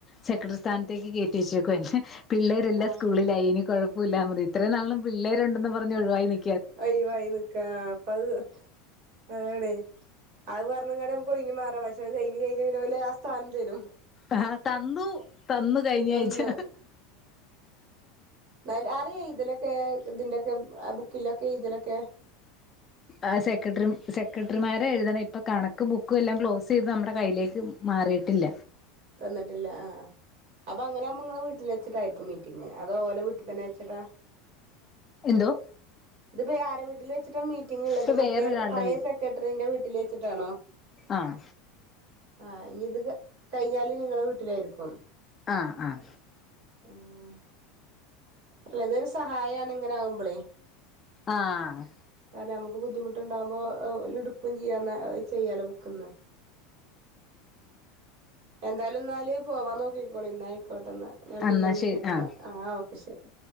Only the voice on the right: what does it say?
ആ
ഒയിവായി നിക്കാ അപ്പൊ അത്‌ അതാണെ അത് പറഞ്കാണ്ട് ഞമ്മക്കൊയ്ഞ് മാറ പക്ഷെ അത് കയ്ഞ് കയിഞ്ഞാ പിന്നോലാസ്ഥാനം തരും
തന്ന് ന്തായാലും ആരാ എയ്തലൊക്കെ ഇതിന്റൊക്കെ ബുക്കിലൊക്കെ എയ്തലൊക്കെ
തന്നിട്ടില്ല ആഹ് അപ്പങ്ങനാവുമ്പോ ഇങ്ങളെ വീട്ടിലെചിട്ടായിരിക്കും മീറ്റിംഗ് അതോ ഓലെ വീട്ടി തന്നെ വെച്ചിട്ടാ
ഇതിപ്പ ഈ ആരെ വീട്ടില് വെച്ചിട്ടാണ് മീറ്റിംഗ്ള്ളത്
മറ്റേ
പഴെ സെക്രട്ടറിന്റെ വീട്ടിൽ വെച്ചിട്ടാണോ
ആഹ് ഇഞ്ഞിത് കയിഞ്ഞാല് നിങ്ങളെ വീട്ടിലായിരിക്കും
ഏഹ് അല്ല അതൊരു സഹായാണ് ഇങ്ങനാവ്മ്പളേ
നമ്മക്ക് ബുദ്ധിമുട്ട്ണ്ടാവ്മ്പൊ ഇട്ക്കും ചെയ്യാ ആ ചെയ്യാലൊ ബുക്ക്ന്ന് <unintelligible> എന്തായാലും ഇന്നാല് പോവാൻ നോക്കിക്കോളി ഇന്ന ആയിക്കോട്ടന്ന ഞാൻ പിന്നെ
വിളിക്കണ്ട്
ന്ന ആ ഓക്കെ ശരി